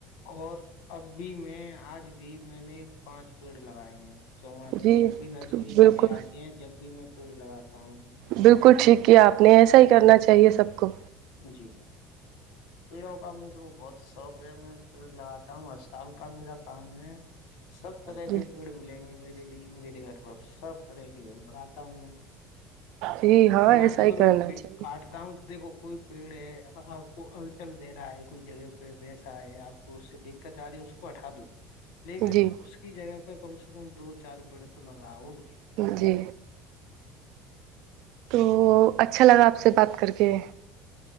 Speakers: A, on the left (about 75°); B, on the right (about 60°).
A: اور اب بھی میں آج بھی میں نے پانچ پیڑ لگائے ہیں چما رہی
B: جی
A: ہ جب بھی نرسلی
B: بالکل
A: والے آتے ہیں جب بھی میں پیڑ لگاتا ہوں
B: بالکل ٹھیک کیا آپ نے ایسا ہی کرنا چاہیے سب کو
A: جی پیڑوں کا میرے کو بہت شوق ہے میں پیڑ لگاتا ہوں سال کا میرا کام ہے سب طرح
B: جی
A: کے پیڑ ملیں گے میرے لیے میرے گھر پر سب طرح کی ب رہاتا ہوں میں
B: جی ہاں
A: نہ
B: ایسا
A: کی بربر
B: ہی کرنا چاہیے
A: کاٹ تا ہ دیکھو کوئی پیڑ ہے آپ کو ہلچل دے رہا ہے کوئی جگہ پ پ بیسا آئے آپ کو اس سے دقت آ رہی ہے اس کو ہٹا دوں لیکن
B: جی
A: اس کی جگہ پہ کم سے کم دو چار پیڑ تو لگاؤ
B: جی تو اچھا لگا آپ سے بات کر کے